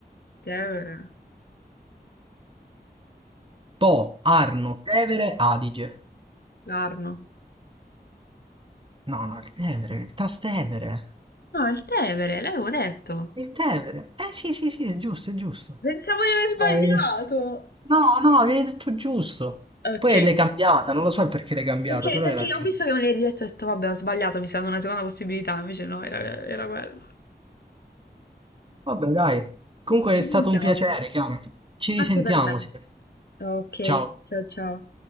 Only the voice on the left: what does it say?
Tevere.
L'arno.
No, è il Tevere, l'avevo detto.
Pensavo di aver sbagliato.
Okay.
Perché,
perché
ho visto che me l'hai ridetto e ho detto, vabbè, ho sbagliato, mi serve una seconda possibilità, invece no, era, era quello.
Ci
sentiamo,
anche per me.
Ok,
ciao ciao.